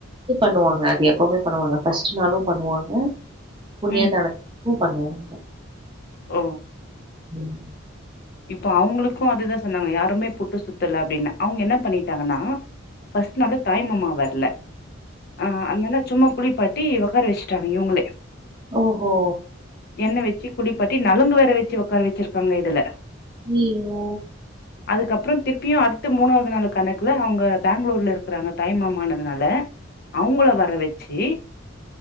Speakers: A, on the right; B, on the left.
A: திப் பண்ணுவாங்க அது எப்பவுமே பண்ணுவாங்க ஃபர்ஸ்ட் நாளு பண்ணுவாங்க புண்ணியாதானத்
B: ம்
A: பு பண்ணுவாங்க
B: ஒ
A: உம்
B: இப்ப அவங்களுக்கு அதுதா சொன்னாங்க யாருமே புட்டு சுத்தல அப்டின்னு அவங்க என்ன பண்ணிட்டாங்கன்னா ஃபர்ஸ்ட்னால தாய்மாமா வரல அ அதுனால சும்மா குளிப்பாட்டி உக்கார வச்சிட்டாங்க இவங்களே
A: ஓஹோ
B: எண்ண வச்சி குளிப்பாட்டி நலங்கு வேற வச்சி உட்கார வச்சிருக்காங்க இதுல
A: ஈ ஓ
B: அதுக்கப்புறம் திருப்பியு அடுத்து மூணாவது நாள் கணக்குல அவங்க பெங்களூர்ல இருக்குறாங்க தாய்மாமானதுனால அவங்கள வர வச்சி